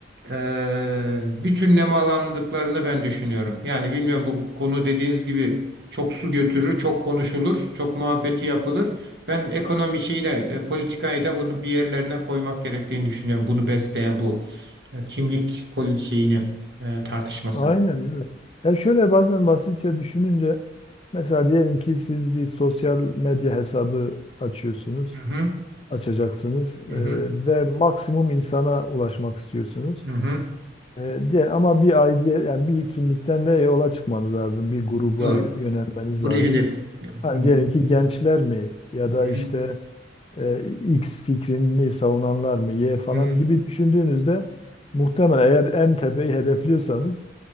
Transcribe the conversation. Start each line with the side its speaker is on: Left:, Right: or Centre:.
Right: e, bütün nemalandıklarını ben düşünüyorum. Yani bilmiyorum bu konu dediğiniz gibi çok su götürür, çok konuşulur, çok muhabbeti yapılır. Ben ekonomi şeyi de e, politikayı da bunu bir yerlerine koymak gerektiğini düşünüyorum. Bunu besleyen bu e, kimlik poli şeyini e, tartışmasını.
Left: Aynen evet. Ya şöyle bazen basitçe düşününce mesela diyelim ki siz bir sosyal medya hesabı açıyorsunuz,
Right: Hı hı,
Left: açacaksınız e,
Right: hı hı,
Left: ve maksimum insana ulaşmak istiyorsunuz.
Right: hı hı.
Left: E, diğer ama bir aidiyet yani bir kimlikten de yola çıkmanız lazım. Bir gruba
Right: Doğru.
Left: y- yönelmeniz
Right: Buraya
Left: lazım.
Right: hedef. Hı
Left: Hani
Right: hı,
Left: diyelim ki gençler mi ya
Right: hı
Left: da işte
Right: hı,
Left: e, X fikrini savunanlar mı Y falan
Right: hı hı.
Left: gibi düşündüğünüzde muhtemelen eğer en tepeyi hedefliyorsanız